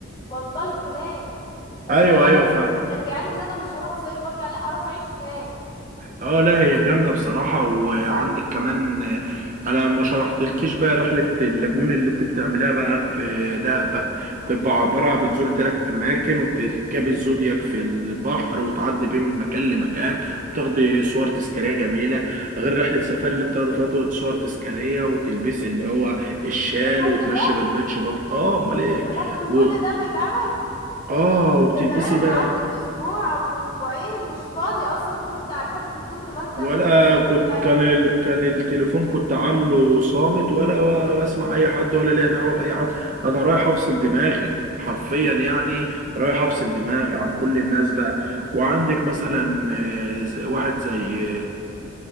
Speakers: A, on the left; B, on the right.
A: وانطلق هناك طب
B: ايوه
A: دول حاجات
B: ايوه
A: أصلاً
B: فاهم
A: مشجعاني ان انا مش هروح اصيف وارجع لا اروح اعيش هناك
B: اه لا هي جامده بصراحه وعندك كمان آه، انا ما شرحتلكيش بقى رحله اللاجون اللي انت بتعملها بقى في دهب بقى بتبقى عباره بتزور ثلاث اماكن وبتركبي الزودياك في البحر وتعدي بيه من مكان لمكان وبتاخدي صور تذكاريه جميله غير رحله سفاري اللي بتاخدي فيها تو- صور تذكاريه وتلبسي اللي هو الشال
A: كل
B: وتمشي
A: ده
B: بالبيتش باج اه امال ايه
A: يا لهوي
B: و...
A: كل ده بيتعمل
B: اه وبتلبسي
A: يا زمانك
B: بقى
A: قعدت الاسبوع او الاسبوعين مش فاضي اصلا ترد على حد من كتر ما انت
B: ولا
A: بتتفسح
B: كنت
A: في البلد
B: كان ال... كان التليفون كنت عامله صامت ولا بسمع اي حد ولا ليا دعوه باي حد انا رايح افصل دماغي حرفيا يعني رايح افصل دماغي عن كل الناس بقى وعندك مثلا آه، ز- واحد زي